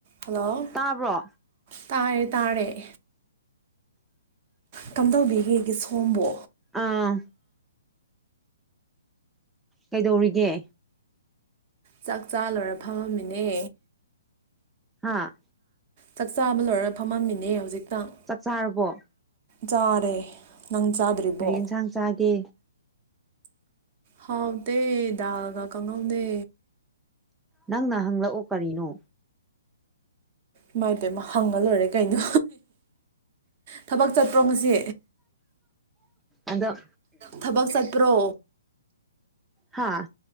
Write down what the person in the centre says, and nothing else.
ꯇꯥꯕ꯭ꯔꯣ
ꯑꯥ꯫ ꯀꯩꯗꯧꯔꯤꯒꯦ꯫
ꯍꯥꯥ꯫
ꯆꯥꯛ ꯆꯥꯔꯕꯣ
ꯀꯔꯤ ꯌꯦꯟꯁꯥꯡ ꯆꯥꯒꯦ
ꯅꯪꯅ ꯍꯪꯂꯛꯑꯣ ꯀꯔꯤꯅꯣ꯫
ꯑꯗꫭ
ꯍꯥꯥ꯫